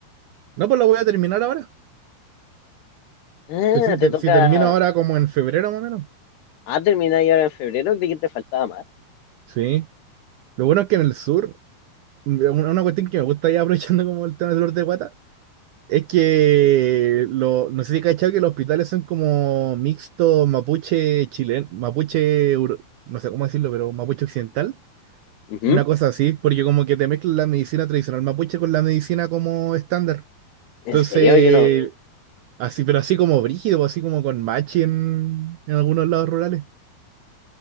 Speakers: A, on the right; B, on the left.
A: No, pues lo voy a terminar ahora.
B: Ah,
A: Que si,
B: te
A: te-
B: toca.
A: si termino ahora como en febrero más o menos.
B: Ah, terminar ahora en febrero, creí que te faltaba más.
A: Sí. Lo bueno es que en el sur, una una cuestión que me gusta ya aprovechando como el tema del norte de Guata, Es que lo, no sé si cachado que los hospitales son como mixto mapuche chileno, mapuche, euro- no sé cómo decirlo, pero mapuche occidental.
B: Ujú.
A: Una cosa así, porque como que te mezclan la medicina tradicional mapuche con la medicina como estándar. Entonces,
B: En serio, yo no,
A: así, pero así como brígido, pues, así como con machi en, en algunos lados rurales.